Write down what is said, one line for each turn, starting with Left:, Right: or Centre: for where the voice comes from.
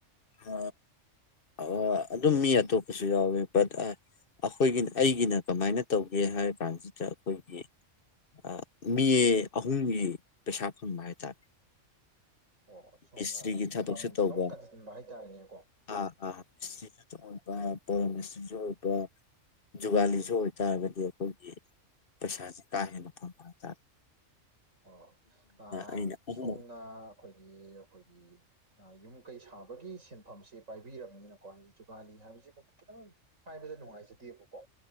Left: ꯑ ꯑꯣ ꯑꯗꯨꯝ ꯃꯤ ꯑꯇꯣꯞꯄꯁꯨ ꯌꯥꯎꯋꯤ <unintelligible> ꯑꯩꯈꯣꯏꯒꯤꯅ ꯑꯩꯒꯤꯅ ꯀꯃꯥꯏꯅ ꯇꯧꯒꯦ ꯍꯥꯏꯔ ꯀꯥꯟꯖꯤꯗ ꯑꯩꯈꯣꯏꯒꯤ ꯑ ꯃꯤ ꯑꯍꯨꯝꯒꯤ ꯄꯩꯁꯥ ꯐꯪꯕ ꯍꯥꯏꯇꯥꯔꯦ
Right: ꯑꯣ ꯁꯣꯝꯅ
Left: ꯃꯤꯁꯇ꯭ꯔꯤꯒꯤ
Right: ꯃꯐꯝꯖꯦ
Left: ꯊꯕꯛꯁꯨ ꯇꯧꯕ
Right: ꯂꯣꯝ ꯀꯟꯁꯟꯕ ꯍꯥꯏꯇꯥꯔꯦꯅꯦꯀꯣ
Left: ꯑꯥ ꯑꯥ <unintelligible> ꯑꯣꯏꯕ ꯕꯣꯔꯣ ꯃꯤꯁꯇ꯭ꯔꯤꯖꯨ ꯑꯣꯏꯕ ꯖꯨꯒꯥꯂꯤꯁꯨ ꯑꯣꯏꯇꯥꯔꯒꯗꯤ ꯑꯩꯈꯣꯏꯒꯤ ꯄꯩꯁꯥꯖꯦ ꯀꯥ ꯍꯦꯟꯅ ꯐꯪꯕ ꯍꯥꯏꯇꯔꯦ
Right: ꯑꯣ ꯑ
Left: ꯑꯩꯅ
Right: ꯁꯣꯝꯅ
Left: ꯑꯍꯨꯝꯃꯛ
Right: ꯑꯈꯣꯏꯒꯤ ꯑꯈꯣꯏꯒꯤ ꯑ ꯌꯨꯝ ꯀꯩ ꯁꯥꯕꯒꯤ ꯁꯤꯟꯐꯝꯁꯦ ꯄꯥꯏꯕꯤꯔꯕꯅꯤꯅꯀꯣ ꯍꯥꯏꯗꯤ ꯖꯨꯒꯥꯂꯤ ꯍꯥꯏꯕꯁꯤꯐꯥꯎ ꯈꯤꯇꯪ ꯍꯥꯏꯕꯗ ꯅꯨꯡꯉꯥꯏꯖꯗꯦꯕꯀꯣ